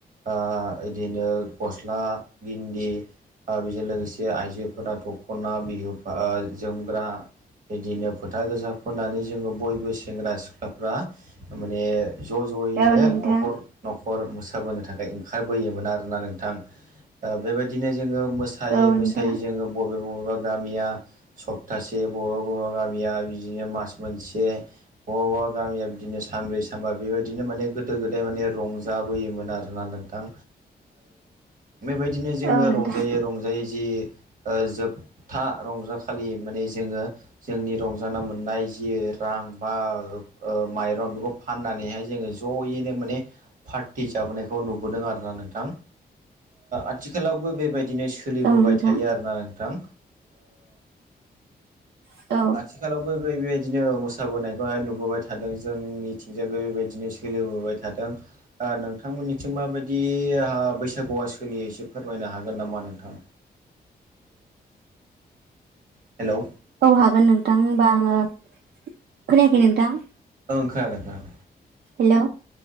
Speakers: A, on the right; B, on the right.
A: बिदिनो गस्ला गिन्दि ओ बेजों लोगोसे आइजोफोरा दख'ना बिहुा जोमग्रा बिदिनो फोथा गोजा फोननानै जोङो बयबो सेंग्रा सिख्लाफ्रा माने ज' ज'यैनो
B: औ नोंथां
A: न'खर न'खर मोसाबोनो थाखाय ओंखारबोयोमोन आरोना नोंथां बेबायदिनो जोङो मोसायै
B: औ
A: मोसायै
B: नोंथां
A: जोङो बबे बबेबा गामिया सप्तासे बबेबा बर' गामिया बिदिनो मास मोनसे हौवाबा गिया बिदिनो सानबै सामबाबायदिनो माने गोदो गोदाय माने रंजाबोयोमोन आरोना नोंथां बेबायदिनो जोङो
B: औ नोंथां
A: रंजायै रंजायै जि जोब था रंजाखलि माने जोङो जोंनि रंजानोा मोननाय जि रां बा माइरं बेखौ फाननानैहाय जोङो ज'यैनो माने पार्टि जाबोनायखौ नुबोदों आरोना नोंथां आथिखालावबो बेबायदिनो सोलिबोबाय
B: औ नोंथां
A: थायो आरोना नोंथां
B: औ
A: आथिखालावबो बेबायदिनो मोसाबोनायखौहाय नुबोबाय थादों जोंनिथिंजाय बे बेबायदिनो गेलेबोबाय थादों नोंथांमोननिथिं माबायदि बैसागुआ सोलियो एसे फोरमायनो हागोन नामा नोंथां हेलौ
B: औ हागोन नोंथां होमबा आङो खोनायाखै नोंथां
A: ओं खोनादो नोंथां
B: हेलौ